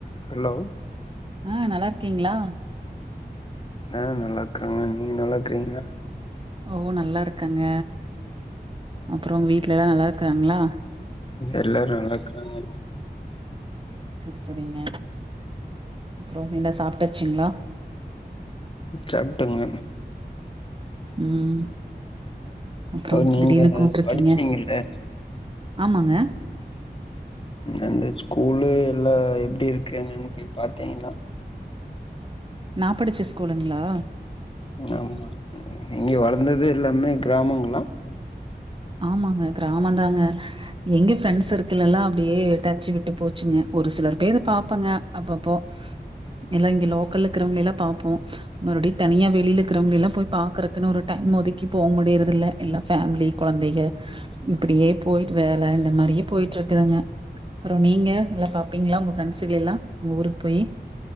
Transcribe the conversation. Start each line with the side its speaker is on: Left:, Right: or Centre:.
Left: Hello
Right: ஆ நல்லா இருக்கீங்ளா
Left: ஆ நல்லா இருக்கறங்க நீங்க நல்லா இருக்கிறீங்ளா
Right: ஓ நல்லா இருக்கங்க அப்பறோ வீட்ல எல்லா நல்லா இருக்காங்களா
Left: எல்லாரு நல்லா இருக்கறாங்க
Right: செரி செரிங்க அப்றோ என்ன சாப்ட்டாச்சுங்ளா
Left: சாப்ட்டங்க
Right: ம் அப்பறம்
Left: இப்ப நீங்க
Right: திடீர்னு கூப்ட்ருக்கீங்க
Left: படிச்சீங்கல்ல
Right: ஆமாங்க
Left: அந்த ஸ்கூல்லு எல்லா எப்டி இருக்குன்னுன் போய் பாத்திங்ளா
Right: நா படிச்ச ஸ்கூலுங்ளா
Left: ஆமா நீங்க வளந்தது எல்லாமே கிராமங்கல்லா
Right: ஆமாங்க கிராம தாங்க எங்க ஃப்ரெண்ட்ஸ் சர்க்கள் எல்லா அப்டியே டச்சு விட்டு போச்சுங்க ஒரு சிலர் பேர பாப்பங்க அப்பப்போ எல்லா இங்க லோக்கல இருக்கிறவைங்கலலா பாப்போ மறுபடியு தனியா வெளில இருக்கறவங்க எல்லா போய் பாக்குறக்குன்னு ஒரு டைம் ஒதுக்கி போமுடியறதில்ல எல்லா ஃபேமிலி கொழந்தைக இப்டியே போயிட்டு வேல இந்த மாரியே போயிட்ருக்குதுங்க அப்பறோ நீங்க எல்லா பாப்பீங்களா உங்க ஃப்ரெண்ட்ஸ்களெல்லா உங்க ஊருக்கு போய்